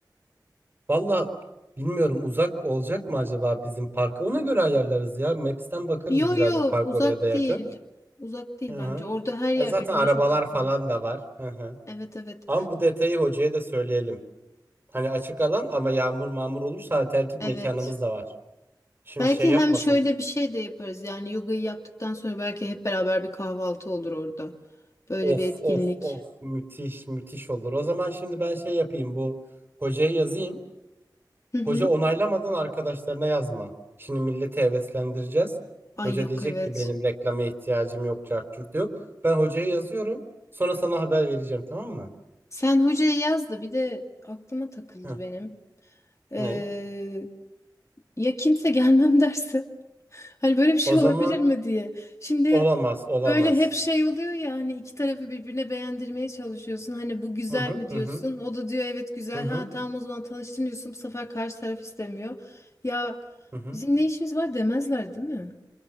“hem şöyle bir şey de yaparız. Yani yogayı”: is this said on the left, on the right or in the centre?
Left